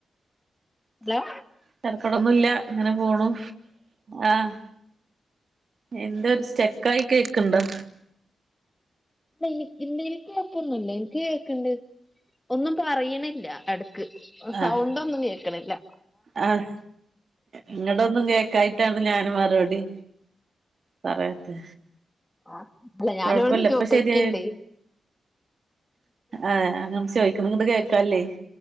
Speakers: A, on the left; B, on the right.
A: ഹലോ
B: തെര്ക്കെടൊന്നുല്ല അങ്ങനെ പോണു ആഹ്. എന്താ ഒരു സ്റ്റെക്കായി കേക്ക് ണ്ടോ?
A: ല്ല ഇനി ഇന്റെല്ക്ക്‌ കേക്ക്ന്നില്ലേ? ഇൻക്കേക്ക്‌ണ്ട് ഒന്നും പറയ്ണില്ല എടക്ക്. ഓ സൗണ്ടൊന്നും
B: ആഹ്
A: കേക്ക്‌ണില്ല.
B: ആഹ് ഇങ്ങടൊന്നും കേക്കായ്ട്ടാണ് ഞാന് മറുപടി പറയാത്തെ.
A: ആഹ് അല്ല ഞാൻ
B: കൊഴപ്പല്ല
A: ഇവ്ട്ന്ന്
B: ഇപ്പൊ
A: ചോയ്ക്ക്ണ്ടേ.
B: ശരിയായി ആഹ് അങ്ങന ചോയ്ക്കണ ഇങ്ങട്ട് കേക്കാല്ലേ.